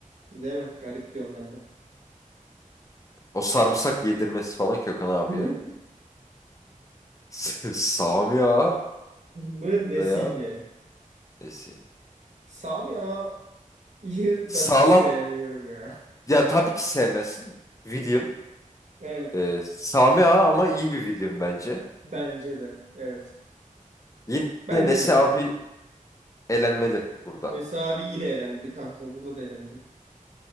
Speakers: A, on the right (about 55°); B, on the left (about 25°).
A: değil mi? Garip diyorum ben de.
B: O sarımsak yedirmesi falan Kökan abiye.
A: <laughs>
B: <laughs> Sami Ağa
A: Mı Nesih
B: veya
A: mi?
B: Esi.
A: Sami Ağa'yı
B: Sağlam.
A: da hiç sevmiyorum ya.
B: Ya tabii ki sevmezsin. William.
A: Evet.
B: Ee, Sami Ağa ama iyi bir William bence.
A: Bence de. Evet.
B: Yine
A: Bence
B: Nesi
A: de ya.
B: abi elenmeli burada.
A: Ve Sami yine elendi kanka. Burada da elendi.